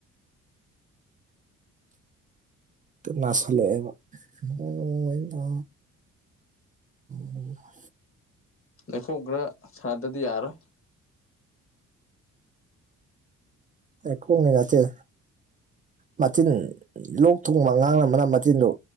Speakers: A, on the right; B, on the left.
A: ꯇꯨ ꯅꯥꯁꯟꯂꯛꯑꯦꯕ <unintelligible>
B: ꯂꯩꯈꯣꯝ ꯈꯔ ꯁꯥꯟꯅꯗꯗꯤ ꯌꯥꯔꯣꯏ꯫
A: ꯂꯩꯈꯣꯝꯒꯤ ꯅꯠꯇꯦ꯫ ꯃꯆꯤꯟ ꯂꯣꯛ ꯊꯨꯡꯕ ꯑꯉꯥꯡꯅ ꯃꯅꯞ ꯃꯇꯤꯟꯗꯣ